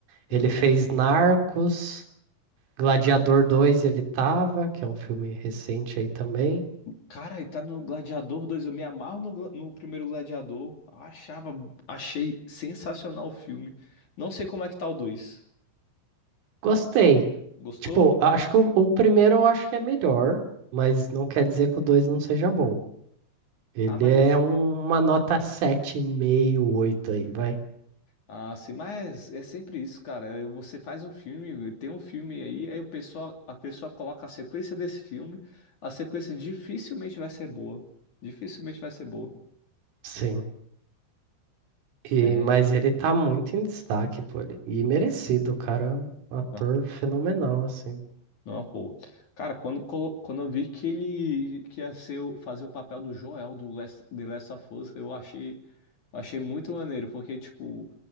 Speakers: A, on the left; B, on the right.
A: Hum,
B: Ele fez Narcos, Gladiador dois. ele tava, que é um filme recente aí também.
A: cara, ele tá no Gladiador 2 eu me amarro no, Gla- no primeiro Gladiador. Achava, achei sensacional o filme. Não sei como é que tá o 2.
B: Gostei.
A: Gostou?
B: Tipo, acho que o, o primeiro eu acho que é melhor, mas não quer dizer que o dois não seja bom. Ele
A: Ah, mas
B: é
A: é,
B: um- uma nota 7,5, 8 aí, vai.
A: Ah, sim, mas é sempre isso, cara. Eu- Você faz um filme, tem um filme aí, aí o pessoal, a pessoa coloca a sequência desse filme, a sequência dificilmente vai ser boa. Dificilmente vai ser boa.
B: Sim. E,
A: É,
B: mas ele tá muito em destaque, pô. ele- E merecido, o cara. é um Ator
A: tá.
B: fenomenal, assim.
A: não, pô. Cara, quando, colo- quando eu vi que ele que ia ser, o- fazer o papel do Joel do Last, The Last of Us, eu achei, achei muito maneiro, porque, tipo,